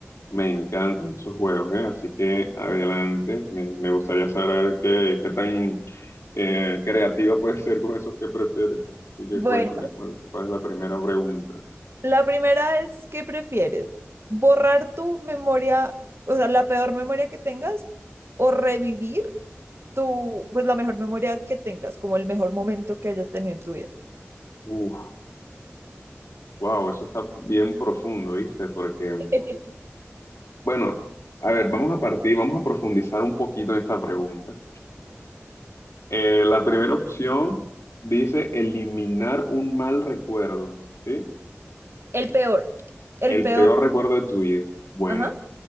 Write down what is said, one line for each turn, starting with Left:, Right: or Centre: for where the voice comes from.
Left: me encantan esos juegos, ¿eh? Así que adelante. Me, me gustaría saber qué, qué tan eh, creativa puedes ser con esos que prefieres. Así que
Right: Bueno,
Left: cuéntame cuál, cuál es la primera pregunta.
Right: la primera es, ¿qué prefieres? ¿Borrar tu memoria, o sea, la peor memoria que tengas, o revivir tu, pues la mejor memoria que tengas, como el mejor momento que hayas tenido en tu vida?
Left: Uf, wow, eso está bien profundo, ¿viste? Porque,
Right: <laughs>
Left: bueno, a ver, vamos a partir, vamos a profundizar un poquito en esta pregunta. Eh, la primera opción dice eliminar un mal recuerdo, ¿sí?
Right: El peor, el
Left: El
Right: peor.
Left: peor recuerdo de tu vida. Bueno,
Right: Ajá,